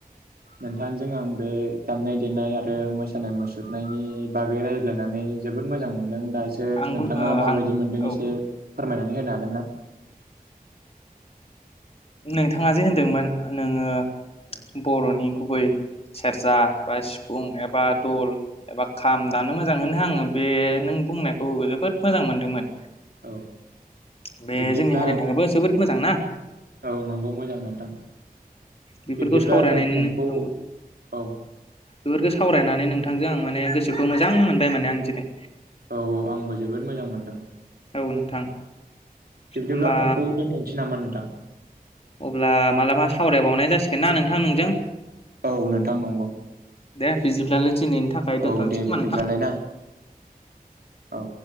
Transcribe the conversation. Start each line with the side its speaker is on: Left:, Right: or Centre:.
Right: नोंथांजों आं बे दामनाय देनाय आरो मोसानाय मुसुरनायनि बागै रायज्लायनानै जोबोद मोजां मोनदों । दा एसे
Left: आंबो
Right: नोंथाङा
Left: ओ
Right: माबायदि
Left: आंबो
Right: मोनदों
Left: औ
Right: एसे फोरमायना होनो हागोनना?
Left: नोंथाङा जे होनदोंमोन नोङो
Right: औ
Left: बर'नि गुबै सेरजा बा सिफुं एब एबा दल एबा खाम दानो मोजां होनो आङो बे नों बुंनायखौ जोबोद मोजां मोनदोंमोन।
Right: औ
Left: बे
Right: बिब्दिब्ला
Left: जोंनि हारिनि थाखायबो जोबोद मोजां ना?
Right: औ नंगौ मोजां नोंथां।
Left: बेफोरखौ
Right: बिब्दिब्ला
Left: सावरायनानैनो
Right: जों फनखौ
Left: औ
Right: औ।
Left: बेफोरखौ सावरायनानै नोंथांजों आं माने गोसोखौ मोजां मोनबाय माने आं दिनै।
Right: औ औ आंबो जोबोद मोजां मोनदों
Left: औ नोंथां।
Right: बिब्दिब्ला
Left: होमबा
Right: फनखौ दोन्थ'नोसै नामा नोंथां?
Left: अब्ला मालाबा सावरायबावनाय जासिगोन ना नोंथां नोंजों।
Right: औ नोंथां नंगौ
Left: दे बिदिब्लालाय दिनैनि थाखाय दोनथ'नोसै
Right: औ दे
Left: खोमा
Right: बिब्दिबालाय
Left: नोंथां
Right: ना औ।